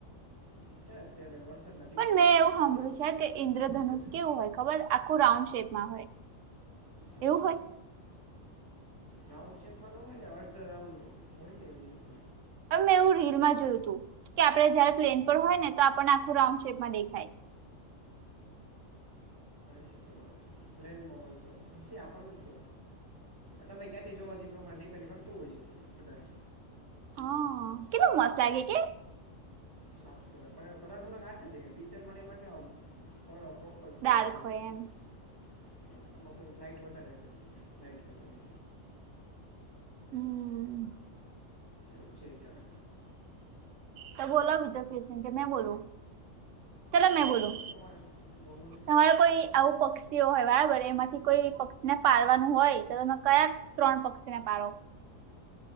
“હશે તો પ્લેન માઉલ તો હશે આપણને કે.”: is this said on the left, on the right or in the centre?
Right